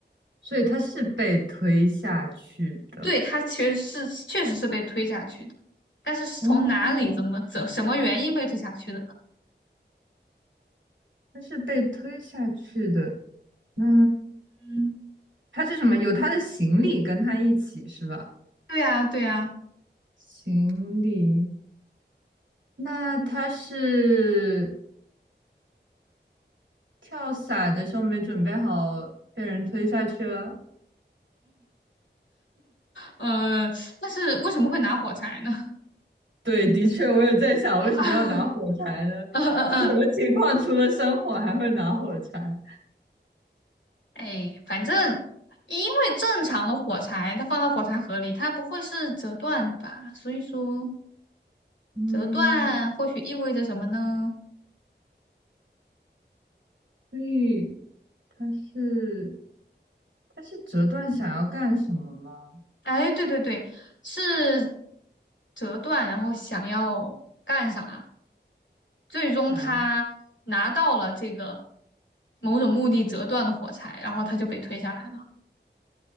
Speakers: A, on the right; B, on the left.
A: 所以它是被推下去的，
B: 对，他其实是确实是被推下去的，但是是从哪里、
A: 哦，
B: 怎么、怎什么原因被推下去的呢？
A: 它是被推下去的。那
B: 嗯，
A: 它是什么？有他的行李跟他一起是吧？
B: 对呀，对呀，
A: 行李，那他是跳伞的时候没准备好，被人推下去了。
B: 嗯呃，但是为什么会拿火柴呢？
A: <laughs> 对，的确，我也在想，
B: <laughs> 嗯
A: 为什么要拿火柴呢？
B: 嗯嗯，
A: 就什么情况，除了生火还会拿火柴？
B: 哎，反正因为正常的火柴，它放到火柴盒里，它不会是折断的吧？所以说
A: 嗯，
B: 折断或许意味着什么呢？
A: 所以他是他是折断想要干什么吗？
B: 哎，对对对，是折断，然后想要干啥？最终他拿到了这个
A: 想要
B: 某种目的折断的火柴，然后他就被推下来了。